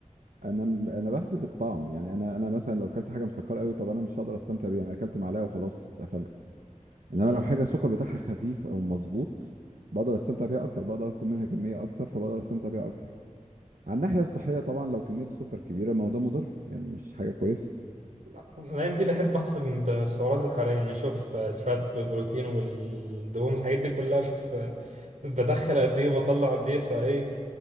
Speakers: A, on the right; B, on the right.
A: انا انا بحسب الطعم يعني انا انا مثلا لو اكلت حاجه مسكره قوي طب انا مش هقدر استمتع بيها انا اكلت معلقه وخلاص قفلت انما
B: مم.
A: لو حاجه السكر بتاعها خفيف او مظبوط بقدر استمتع بيها اكتر بقدر اكل منها كميه اكتر فبقدر استمتع بيها اكتر على الناحيه الصحيه طبعا لو كميه السكر كبيره ما هو ده مضر يعني مش حاجه كويسه
B: لا، الأيام دي بحب أحسب بالسعرات الحرارية يعني أشوف الفاتس والبروتين والدهون الحاجات دي كلها أشوف بدخل قد إيه وبطلع قد إيه فإيه